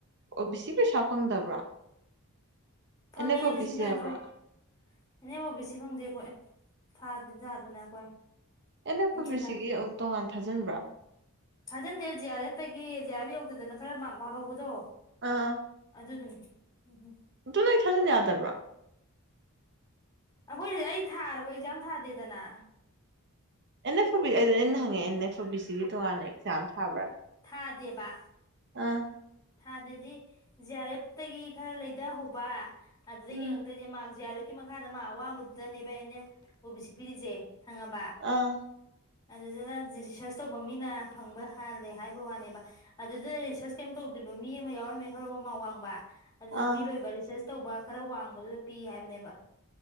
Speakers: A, on the right; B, on the left.
A: ꯑꯣ ꯕꯤ ꯁꯤ ꯄꯩꯁꯥ ꯐꯪꯗꯕ꯭ꯔꯥ
B: ꯐꯪꯉꯦ
A: ꯑꯦꯟ ꯑꯦꯐ ꯑꯣ
B: ꯂꯤꯁꯤꯡ
A: ꯕꯤ ꯁꯤ
B: ꯇꯔꯥꯅꯤꯊꯣꯏ
A: ꯍꯥꯏꯕ꯭ꯔꯥ
B: ꯑꯦꯅꯦꯕꯣ ꯕꯤ ꯁꯤ ꯐꯪꯗꯦ ꯑꯩꯈꯣꯏ ꯊꯥꯗꯅꯖꯥꯗꯅ ꯑꯩꯈꯣꯏ
A: ꯑꯦꯩꯅ ꯐꯁꯤꯒꯤ
B: ꯄꯩꯁꯥ
A: ꯑꯃꯨꯛ ꯇꯣꯉꯥꯟ ꯊꯥꯖꯤꯟꯕ꯭ꯔꯥ
B: ꯊꯥꯖꯟꯗꯦ ꯖꯤ ꯑꯥꯔ ꯑꯦꯐꯇꯒꯤ ꯖꯤ ꯑꯥꯔ ꯑꯦꯐ ꯌꯧꯗꯦꯗꯅ ꯈꯔ ꯃꯥꯔ ꯋꯥꯍꯧꯕꯗꯣ
A: ꯑꯥ
B: ꯑꯗꯨꯗꯨꯅꯦ ꯎꯝꯝ
A: ꯑꯗꯨ ꯅ ꯑꯩ ꯊꯥꯖꯟ ꯌꯥꯗꯕ꯭ꯔꯣ
B: ꯑꯩꯈꯣꯏꯗꯤ ꯑꯩ ꯊꯥꯔꯕ ꯑꯦꯛꯖꯥꯝ ꯊꯥꯗꯦꯗꯅ
A: ꯑꯦꯟ ꯑꯦꯐ ꯑꯣ ꯕꯤ ꯑꯩꯗ ꯑꯩꯅ ꯍꯪꯉꯦ ꯑꯦꯟ ꯑꯦꯐ ꯑꯣ ꯕꯤ ꯁꯤꯒꯤ ꯇꯣꯉꯥꯟ ꯑꯦꯛꯖꯥꯝ ꯊꯥꯕ꯭ꯔꯥꯅ
B: ꯊꯥꯗꯦꯕ
A: ꯑꯥ
B: ꯊꯥꯗꯗꯤ ꯖꯤ ꯑꯥꯔ ꯑꯦꯐꯇꯒꯤ ꯈꯔ ꯂꯩꯊꯍꯧꯕ ꯑꯗꯨꯗ
A: ꯎꯝ
B: ꯌꯦꯡꯉꯛꯇꯣꯏꯁꯦ ꯃꯥꯔꯁ ꯌꯥꯔꯛ ꯃꯈꯥꯗ ꯃꯥ ꯑꯋꯥꯡꯕꯗꯨꯗꯅꯦꯕ ꯑꯩꯅ ꯑꯣ ꯕꯤ ꯁꯤ ꯄꯤꯔꯤꯁꯦ ꯈꯪꯉꯕ
A: ꯑꯥ
B: ꯑꯗꯨꯗꯨꯅ ꯔꯤꯁꯔꯁ ꯇꯧꯕ ꯃꯤꯅ ꯐꯪꯕ ꯍꯥꯜꯂꯦ ꯍꯥꯏꯕ ꯋꯥꯅꯦꯕ ꯑꯗꯨꯗꯨꯗ ꯔꯤꯁꯔꯁ ꯀꯩꯝ ꯇꯧꯗꯣꯏꯔꯤꯕ ꯃꯤ ꯑꯃ ꯌꯥꯎꯔꯝꯃꯦ ꯈꯜꯂꯣ ꯑꯃ ꯋꯥꯡꯕ ꯑꯗꯨꯗ
A: ꯑꯥ
B: ꯄꯤꯔꯣꯏꯕ ꯔꯤꯁꯔꯁ ꯇꯧꯕ ꯈꯔ ꯋꯥꯡꯕꯗꯨꯗ ꯄꯤ ꯍꯥꯏꯕꯅꯦꯕ